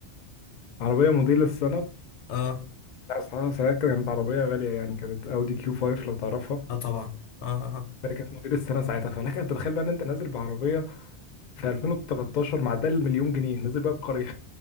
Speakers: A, on the left; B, on the left.
A: عربية موديل السنة
B: اه
A: لا صراحة ساعتها كانت عربية غالية يعني كانت اودي كيو 5 لو تعرفها
B: اه طبعا اه اه آه.
A: كانت موديل السنة ساعتها فلك انت تتخيل بقى ان انت نازل بعربية في 2013 مع ده المليون جنيه نازل بيها القرية